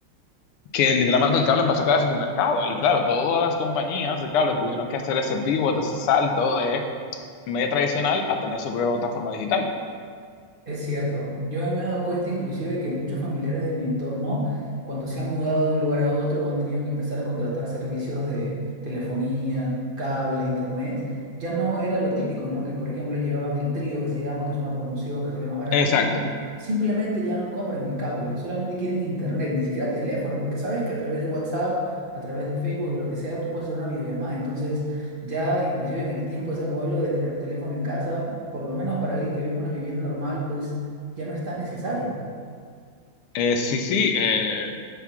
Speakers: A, on the left; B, on the right.
A: que literalmente el cable empezó a quedarse sin mercado. Y claro, todas las compañías de cable tuvieron que hacer ese pivot, ese salto de medio tradicional a tener su propia plataforma digital.
B: Es cierto, yo me he dado cuenta inclusive que muchos familiares de mi entorno, cuando se han mudado de un lugar a otro o han tenido que empezar a contratar servicios de telefonía, cable, internet, ya no era lo típico, ¿no? Que por ejemplo llevaban el trío que se llama, que es una promoción que sale más barato.
A: Exacto.
B: Simplemente ya no compran el cable, solamente quieren internet, ni siquiera teléfono, porque sabes que a través de WhatsApp, a través de Facebook, de lo que sea, tú puedes hacer una videollamada. Entonces... Ya inclusive en el tiempo ese modelo de tener un teléfono en casa, por lo menos para alguien que vive en una vivienda normal, pues ya no es tan necesario.
A: Eh, sí, sí. eh,